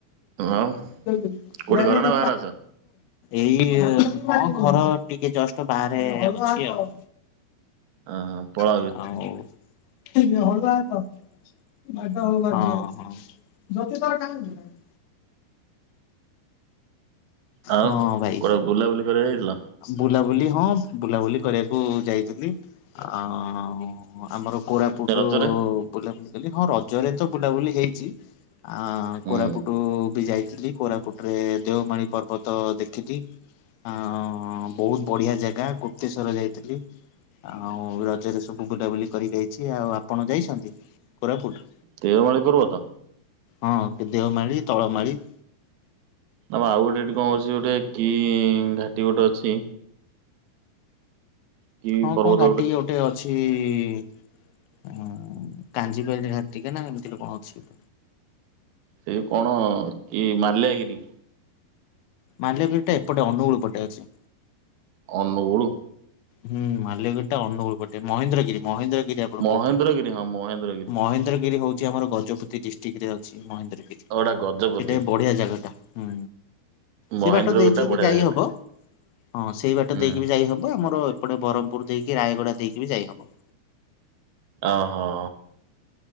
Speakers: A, on the right (about 75°); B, on the left (about 80°).
A: ଆଉ
B: ମାରିବି।
A: କୋଉଠି ଘରେ ନା ବାହାରେ ଅଛ?
B: ଏଇ ଘର ଟିକେ ଜଷ୍ଟ ବାହାରେ ଅଛି ଆଉ।
A: ଅଁ ପଳ
B: <inaudible> <inaudible>
A: ଆଉ
B: ହଁ ଭାଇ।
A: କୁଆଡେ ବୁଲାବୁଲି କରିବାକୁ ଯାଇଥିଲ
B: ବୁଲାବୁଲି ହଁ ବୁଲାବୁଲି କରିବାକୁ ଯାଇଥିଲି ଆ ହ ଆମର କୋରାପୁଟ
A: ରଜରେ?
B: ବୁଲାବୁଲି କଲି ହଁ ରଜରେ ତ ବୁଲାବୁଲି ହେଇଛି। ଆ
A: ହୁଁ
B: କୋରାପୁଟ ବି ଯାଇଥିଲି କୋରାପୁଟରେ ଦେଓମାଳି ପର୍ବ ତ ଦେଖିଲି ଆ ବହୁତ ବଢିଆ ଜାଗା ଗୁପ୍ତେଶ୍ଵର ଯାଇଥିଲି। ଆଉ ରଜରେ ସବୁ ବୁଲାବୁଲି କରିକି ଯାଇଛି ଆଉ ଆପଣ ଯାଇଛନ୍ତି କୋରାପୁଟ?
A: ଦେଓମାଳି ପର୍ବତ?
B: ହଁ ଦେଓମାଳି ତଳମାଳି
A: ନା ଆଉ ଗୋଟେ ଏଠି କଣ ଅଛି ଗୋଟେ କି ଘାଟି ଗୋଟେ ଅଛି। କି
B: ହଁ
A: ପର୍ବତ
B: କଣ ଘାଟିିକି ଗୋଟେ ଅଛି। ସେ କା <unintelligible> ଟିକେ ନା ଏମିତିରେ କଣ ଅଛି।
A: ସେ କଣ କି ମାଲ୍ୟାଗିରି।
B: ମାଲ୍ୟାଗିରିଟା ଏପଟେ ଅନୁଗୁଳ ପଟେ ଅଛି।
A: ଅନୁଗୁଳ
B: ହୁଁ ମାଲ୍ୟଗିରିଟା ଅନୁଗୁଳପଟେ ମହେନ୍ଦ୍ରଗିରି ମହେନ୍ଦ୍ରଗିରି ଆପଣ
A: ମହେନ୍ଦ୍ରଗିରି
B: କହୁିବେ
A: ହଁ ମହେନ୍ଦ୍ରଗିରି
B: ମହେନ୍ଦ୍ରଗିରି ହଉଛି ଆମର ଗଜପତି ଡିଷ୍ଟ୍ରିକଟ ରେ ଅଛି ମହେନ୍ଦ୍ରଗିରି।
A: ଆଉ ଗୋଟା ଗଜପତି
B: ସେଟା ଏ ବଢିଆ ଜାଗାଟା। ହୁଁ
A: ମହେନ୍ଦ୍ର
B: ସେ ବାଟ ଦେଇକି
A: ଗୋଟା ବଢିଆ
B: ବି ଯାଇ
A: ଜାଗାଟା।
B: ହବ ହଁ ସେଇ ବାଟ
A: ହୁଁ
B: ଦେଇକି ବି ଯାଇ ହବ। ହବ ଆମର ଏଟେ ବ୍ରହ୍ମପୁର ଦେଇକି ରାୟଗଡା ଦେଇକି ବି ଯାଇବ।
A: ଓହୋ